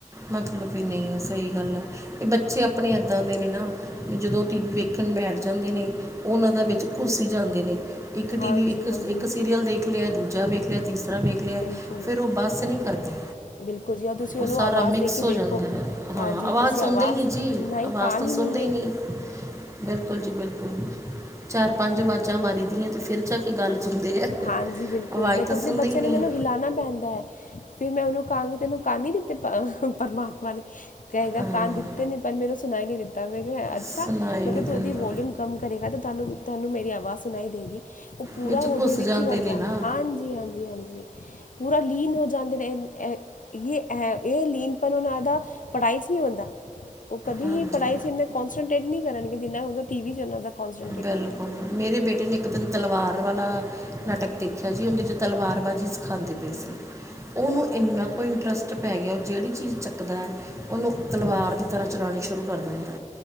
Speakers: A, on the right; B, on the left.
A: ਮਤਲਬ ਹੀ ਨਈ ਐ, ਸਈ ਗੱਲ ਐ, ਏ ਬੱਚੇ ਅਪਨੇ ਏਦਾਂ ਦੇ ਨੇ ਨਾ। ਵੀ ਜਦੋਂ ਟੀ ਵੀ ਵੇਖਨ ਬੈਠ ਜਾਂਦੇ ਨੇ, ਓਨਾਂ ਦਾ ਵਿੱਚ ਘੁਸ ਹੀ ਜਾਂਦੇ ਨੇ। ਇੱਕ
B: ਹਾਂਜੀ
A: ਟੀ ਵੀ, ਇੱਕ
B: ਹਾਂਜੀ
A: ਇੱਕ ਸੀਰੀਅਲ ਦੇਖ ਲਿਆ, ਦੂਜਾ ਵੇਖ ਲਿਆ, ਤੀਸਰਾ ਵੇਖ ਲਿਆ
B: ਬਿਲਕੁਲ
A: ਫਿਰ ਉਹ ਬੱਸ ਨਹੀਂ ਕਰਦੇ,
B: ਬਿਲਕੁਲ ਜੀ ਆ ਤੁਸੀਂ
A: ਓ
B: ਉਹਨੂੰ
A: ਸਾਰਾ
B: ਆਵਾਜ਼
A: ਮਿਕਸ
B: ਦੇ
A: ਸ
B: ਕੇ
A: ਹੋ
B: ਦੇਖੋ
A: ਜਾਂਦਾ ਐ, ਹਾਂ
B: ਹਾਂਜੀ
A: ਆਵਾਜ਼
B: ਤੁਸੀਂ
A: ਸੁਨਦੇ ਨਈ ਜੀ,
B: ਨਹੀਂ
A: ਆਵਾਜ਼
B: ਕਾਲ
A: ਤਾਂ
B: ਹੀ
A: ਸਨਦੇ
B: ਨਹੀਂ ਹੈ
A: ਈ ਨਈ। ਬਿਲਕੁਲ ਜੀ ਬਿਲਕੁਲ, ਚਾਰ-ਪੰਜ ਆਵਾਜ਼ਾਂ ਮਾਰੀ ਦੀਆਂ ਤੇ ਫਿਰ ਜਾ ਕੇ ਗੱਲ ਸੁਣਦੇ ਆ
B: ਹਾਂਜੀ ਬਿਲਕੁਲ,
A: ਆਵਾਜ਼
B: ਮੈਂ ਤਾਂ
A: ਸੁਣਦੇ
B: ਆਪਣੇ ਬੱਚੇ
A: ਹੀ ਨਹੀਂ
B: ਨੂੰ ਮੈਨੂੰ ਹਿਲਾਨਾ ਪੈਂਦਾ ਐ। ਫਿਰ ਮੈਂ ਓਨੂੰ ਕਹਾਂਗੀ ਤੈਨੂੰ ਕੰਨ ਨਹੀਂ ਦਿੱਤੇ ਪ੍ਰਮਾਤਮਾ ਨੇ। ਕਹੇਗਾ
A: ਹਾਂ
B: ਕੰਨ ਦਿੱਤੇ ਨੇ ਪਰ ਮੈਨੂੰ ਸੁਣਾਈ ਨੀ ਦਿੱਤਾ, ਮੈਂ ਕਿਹਾ ਅੱਛਾ
A: ਸੁਣਾਈ
B: ਮੈਂ
A: ਨਹੀਂ
B: ਕਿਹਾ ਤੂੰ
A: ਦਿੰਦਾ
B: ਓਦੀ ਵੋਲਯੂ ਕੰਮ ਕਰੇਗਾ ਤੇ ਤੁਹਾਨੂੰ, ਤੁਹਾਨੂੰ ਮੇਰੀ ਆਵਾਜ਼ ਸੁਨਾਈ ਦੇਗੀ ਓ ਪੂਰਾ
A: ਵਿੱਚ
B: ਓ
A: ਘੁਸ
B: ਵਿੱਚ
A: ਜਾਂਦੇ
B: ਹੀ ਵੜ ਜਾਂਦਾ
A: ਨੇ ਨਾ
B: ਐ, ਹਾਂਜੀ, ਹਾਂਜੀ, ਹਾਂਜੀ ਪੂਰਾ ਲੀਨ ਹੋ ਜਾਂਦੇ ਨੇ। ਯੇ ਅਹ ਯੇ ਲੀਨਪਨ ਓਨਾਂ ਦਾ ਪੜ੍ਹਾਈ 'ਚ ਨਹੀਂ ਹੋਂਦਾ। ਓ ਕਦੀ
A: ਹਾਂਜੀ
B: ਹੀ ਪੜ੍ਹਾਈ 'ਚ ਇਨ੍ਹਾਂ ਕੋਂਨਸਟਰੇਟ ਨਹੀਂ ਕਰਨਗੇ ਜਿੰਨਾ ਹੁੰਦਾ ਟੀ ਵੀ 'ਚ ਓਨਾਂ ਦਾ। ਕੌਂਸਟਰੇਟ
A: ਬਿਲਕੁਲ,
B: ਹੁੰਦਾ
A: ਮੇਰੇ ਬੇਟੇ ਨੇ ਇੱਕ ਦਿਨ ਤਲਵਾਰ ਵਾਲਾ ਨਾਟਕ ਦੇਖਿਆ ਜੀ ਓਦੇ 'ਚ ਤਲਵਾਰਬਾਜ਼ੀ ਸਿੱਖਾਂਦੇ ਪਏ ਸੀ, ਓਨੂੰ ਏਨਾ ਕੁ ਇੰਨਟਰਸਟ ਪੈ ਗਿਆ, ਓ ਜੇੜੀ ਚੀਜ਼ ਚੱਕਦਾ ਐ ਓਨੂੰ ਤਲਵਾਰ ਦੀ ਤਰ੍ਹਾਂ ਚਲਾਣੀ ਸ਼ੁਰੂ ਕਰ ਦਿੰਦਾ।